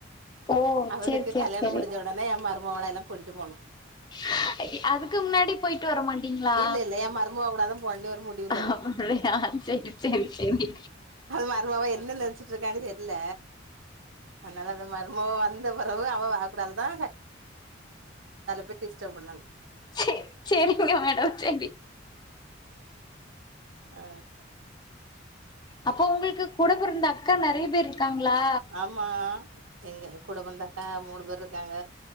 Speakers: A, on the left (about 20°); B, on the right (about 85°).
A: ஓ
B: அவுனுக்கு
A: சேரி சேரி
B: கல்யாணம்
A: சேரி
B: முடிஞ்ச ஒடனே எம் மருமவுள எல்லாம் கூட்டிட்டு போணு
A: <unintelligible> அதுக்கு முன்னாடி போயிட்டு வரமாட்டீங்ளா
B: இல்ல இல்ல என் மருமவ கூடதான் போணும்னு ஒரு முடிவுல
A: அப்டியா
B: இருக்கு
A: செரி செரி செரி
B: அ மருமவ என்ன நெனச்சிட்ருக்கானு தெர்ல அன்னால அந்த மருமவ வந்த பெறவு அவெவ அவ் கூடாலுதா <unintelligible> டிஸ்டப் பண்ணங்
A: சேர் சேரிங்க மேடம் சேரி
B: ஆ
A: அப்போ உங்களுக்கு கூட பிறந்த அக்கா நறைய பேர் இருக்காங்ளா
B: ஆமா எங்க கூடப் பொறந்த அக்கா மூணு பேர் இருக்காங்க